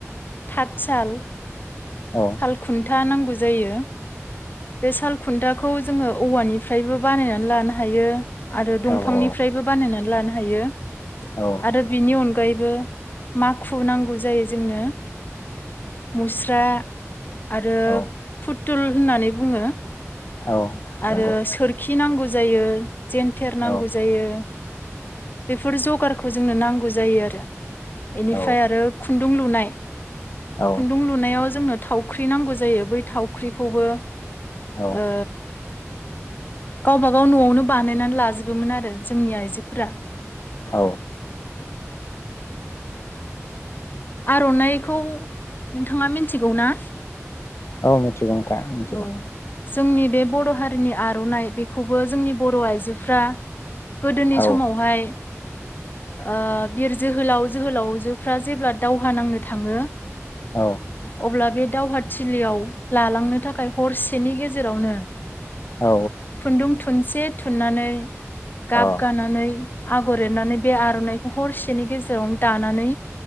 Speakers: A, on the left; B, on the left.
A: थात साल।
B: औ
A: साल खुन्था नांगौ। जायो। बे साल खुन्था खौ जोङो औवानिफ्रायबो बानायनानै लानो हायो। आरो
B: औ
A: दंफांनिफ्रायबो
B: औ
A: बानायनानै लानो हायो
B: औ
A: आरो बिनि अनगायैबो माखु नांगौ जायो। जोंनो। मुस्रा आरो
B: औ
A: फुथुल होननानै। बुङो।
B: औ नंगौ
A: आरो सोरखि नांगौ जायो जेनथेर नांगौ
B: औ
A: जायो बेफोर जगार। खौ जोंनो नांगौ जायो आरो। इनिफ्राय
B: औ
A: आरो खुन्दुं लुनाय।
B: औ
A: खुन्दुं लुनायाव जोंनो। थावख्रि नांगौ जायो बै थाव। ख्रि खौबो।
B: औ
A: ओ। गावबा गाव न'आवनो बानायनानै लाजोबोमोन आरो जोंनि आइजो फोरा।
B: औ
A: आर'नाइखौ नोंथाङा मि थिगौ ना?
B: औ मिथिगौ नोंथां मिथिगौ।
A: औ जोंनि बे बर' हारिनि आर'नाइ बे खौबो जोंनि बर' आइजो फ्रा गोदोनि
B: औ
A: समावहाय ओ बिर जोहोलाव जोहोलावजोफ्रा जेब्ला दावहा नांनो था थाङो
B: औ
A: अब्ला बे दावहा थिलियाव लालांनो थाखाय हरसेनि गेजेरावनो
B: औ
A: खुन्दुं थुनसे थुननानै गाब
B: औ
A: गानानै आगर एरनानै बे आर'नाइखौ हरसेनि गेजेरावनो दानानै